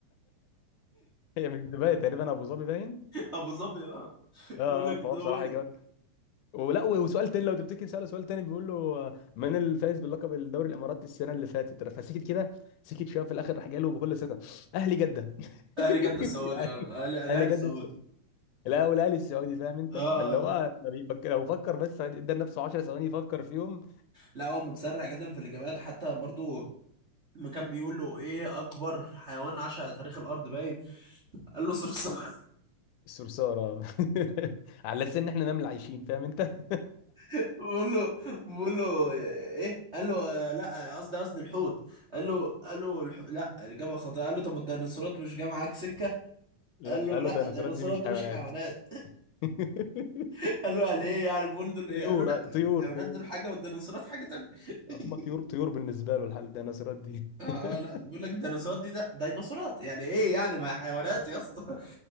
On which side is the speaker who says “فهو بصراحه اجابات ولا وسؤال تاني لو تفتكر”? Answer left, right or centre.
Left